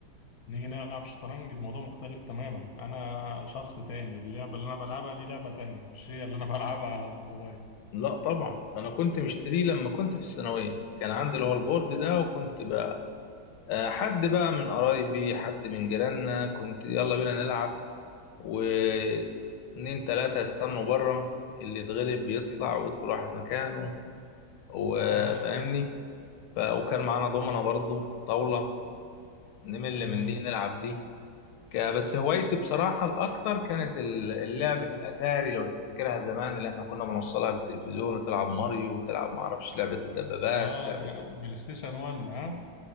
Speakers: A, on the left; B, on the left.
A: ونيجي نلعب شطرنج الموضوع مختلف تماما انا شخص تاني اللعبه اللي انا بلعبها دي لعبه تانية مش هي اللي انا <laughs> بلعبها على الموبايل
B: لا طبعا انا كنت مشتريه لما كنت في الثانوية كان عندي اللي هو البورد ده وكنت ب- آه، حد بقى من قرايبي حد من جيراننا كنت يلا بينا نلعب واتنين تلاتة يستنوا بره اللي يتغلب بيطلع ويدخل واحد مكانه وفاهمني
A: اه
B: ف... وكان معانا دومنا برضو طاولة نمل
A: امم
B: من دي نلعب دي ك... بس هوايتي بصراحة الأكتر كانت ال- اللعب في الأتاري لو تفتكرها زمان اللي احنا كنا بنوصلها بالتلفزيون وتلعب ماريو وتلعب معرفش لعبة الدبابات
A: اه
B: لعبة
A: ده بلاي ستيشن 1 ها